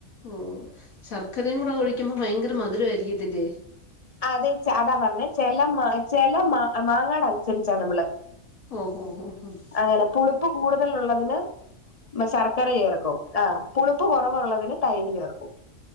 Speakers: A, on the left; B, on the left.
A: ഓഹ് ശർക്കരയും കൂടെ ഒഴിക്കുമ്പോ ഭയങ്കര മധുരമായിരിക്കത്തില്ലേ
B: അത ച്ച് അതാ പറഞ്ഞെ ചെല മാ ചെല മാ മാങ്ങാട് അനുസരിച്ചാ നമ്മള്
A: <inaudible>
B: അങ്ങനെ പുളിപ്പ് കൂടുതലുള്ളതിന് ശർക്കര ചേർക്കും ആഹ് പുളുപ്പ് കുറവുള്ളതിന് തൈര് ചേർക്കും